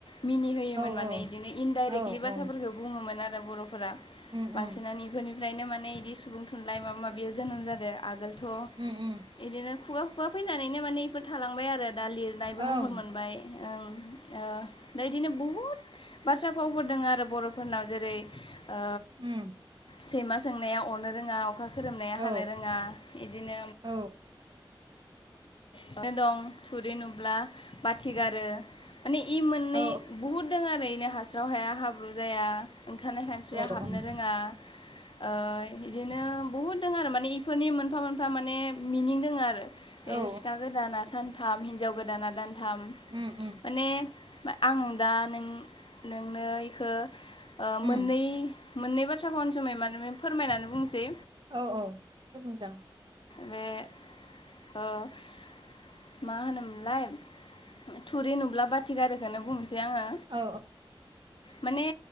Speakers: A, on the left; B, on the right.
A: मिनि होयोमोन
B: औ
A: माने बिदिनो इनडाइरेक्टलि
B: औ
A: बाथ्राफोरखौ
B: औ
A: बुङोमोन आरो बर'फोरा बांसिनानो
B: उम उम
A: बेफोरनिफ्रायनो माने बिदि सुबुं थुनलाइ माबा माबि जोनोम जादों आगोल थ'
B: उम उम
A: इदिनो खुगा खुगा फैनानैनो माने बेफोर थालांबाय आरो दा लिरनायबो
B: ओं
A: महर मोनबाय ओं ओ दा इदिनो बहुत बाथ्रा फावफोर दङ आरो बर'फोरनाव जेरै ओ
B: उम
A: सैमा सोंनाया अनो रोङा अखा खोरोमनाया
B: औ
A: हानो रोङा इदिनो
B: औ
A: नो दं थुरि नुब्ला बाथि गारो माने इ मोननै
B: औ
A: बुहुद दङ आरो इनो हास्राव हाया हाब्रु जाया ओंखारनाय खानस्रिया
B: ओं ओं
A: हाबनो रोङा ओ इदिनो बुहुद दङ आरो माने बेफोरनि मोनफा मोनफा माने मिनिं दङ आरो
B: औ
A: सिखा गोदाना सानथाम हिनजाव गोदाना दानथाम
B: उम उम
A: माने आं दा नों नोंनो एखौ ओ मोननै
B: उम
A: मोननै बाथ्राखौनो जोंङै <inaudible> मान फोरमायनानै बुंनोसै
B: औ औ जोबोर मोजां
A: बे <inaudible> मा होनोमोनलाय थुरि नुब्ला बाथि गारोखोनो बुंनोसै सै आङो
B: औ
A: माने